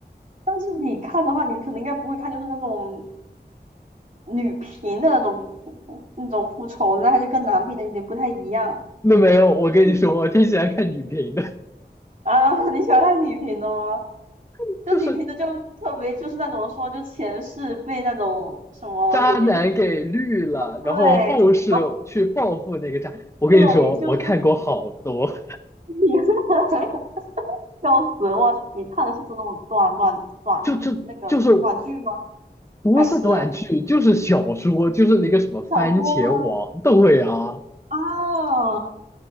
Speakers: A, on the right; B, on the left.
A: 但是你看的话，你可能应该不会看，就是那种女频的那种比复复那种复仇的，那还是跟男频的有点不太一样。
B: 那没有，我跟你说，
A: 就
B: 我挺喜欢看女频的，
A: 啊，<laughs> 你喜欢看女频的吗？
B: <laughs>
A: 就女频的就特别就是那种说就前世被那种什么，
B: 就是渣男给绿了，
A: 有些就是对，
B: 然后后世去报复那个渣。
A: 然后。
B: 我跟你说，
A: 对，就是
B: 我看过好多，
A: 你，<laughs> 笑死我！你看的是这种短短短那个短剧吗？
B: <laughs> 就就就是。不是短剧，
A: 还是
B: 就是小说，就是那个什么番茄王，
A: 小说吗？
B: 对啊，
A: 啊，